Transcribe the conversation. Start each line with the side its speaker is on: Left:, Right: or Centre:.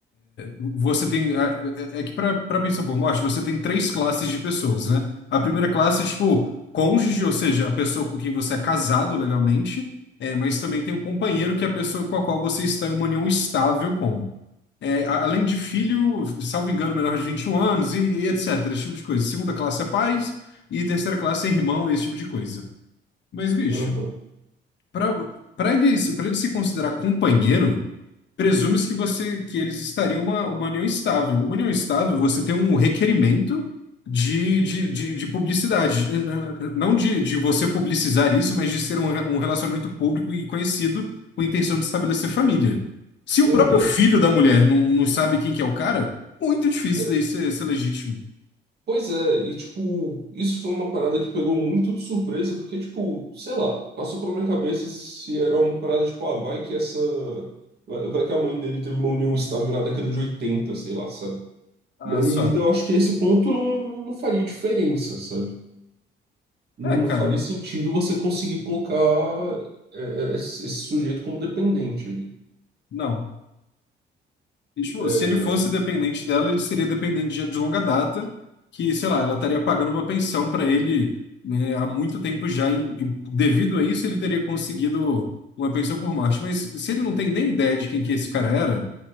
Left: Você tem, a- é, é que para para pensão por morte, você tem três classes de pessoas, né? A primeira classe é tipo cônjuge, ou seja, a pessoa com quem você é casado legalmente, é, mas também tem o companheiro, que é a pessoa com a qual você está em uma união estável com. É, a- além de filho, salvo engano, menor de 21 anos e, e etc. Esse tipo de coisa. Segunda classe é pais e terceira classe é irmão, esse tipo de coisa. Mas, bicho,
Right: Aham,
Left: pra, pra ele, se- pra ele se considerar companheiro. Presume-se que você que eles estariam uma, uma união estável. Uma união estável, você tem um requerimento de, de, de, de publicidade. N- n- Não de, de você publicizar isso, mas de ser um, re- um relacionamento público e conhecido com a intenção de estabelecer família. Se o
Right: aham.
Left: próprio filho da mulher não, não sabe quem que é o cara, muito difícil
Right: É,
Left: daí ser, ser legítimo.
Right: Pois é, e tipo, isso foi uma parada que pegou muito de surpresa, porque, tipo, sei lá, passou pela minha cabeça se era uma parada, tipo, ah, vai que essa. Vai vai que a mãe dele teve uma união estável na década de 80 sei lá, sabe?
Left: Ah,
Right: Mas
Left: só.
Right: eu acho que esse ponto não, não faria diferença, sabe? Não,
Left: É,
Right: não
Left: cara,
Right: faria sentido você conseguir colocar é, é, esse esse sujeito como dependente ali.
Left: não. E, tipo,
Right: É,
Left: se ele fosse dependente dela, ele seria dependente de, de longa data, que, sei lá, ela estaria pagando uma pensão para ele, né, há muito tempo já, e, e devido a isso ele teria conseguido uma pensão por morte. Mas se ele não tem nem ideia de quem que esse cara era,